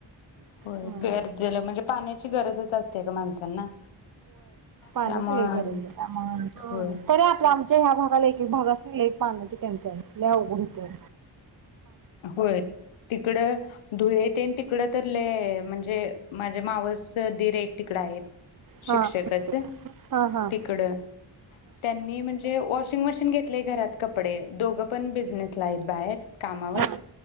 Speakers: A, on the left; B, on the right.
A: होय
B: हम्म
A: गरजेलं म्हणजे पाण्याची गरजच असते ग माणसांना त्यामुळं
B: पाण्याची लई गरज आहे
A: होय
B: तरी आपला आमच्या ह्या भागाला एक एक भागासनी लय पाण्याची टंचाई लय अवघड होतय
A: होय तिकडं धुळे तेन तिकड तर लय म्हणजे माझे मावस दीर एक तिकडं आहेत
B: हा
A: शिक्षकच
B: हा हा
A: तिकडं त्यांनी म्हणजे वॉशिंग मशीन घेतलेय घरात कपडे दोघं पण बिझनेसला आहेत बाहेर कामावर
B: <unintelligible>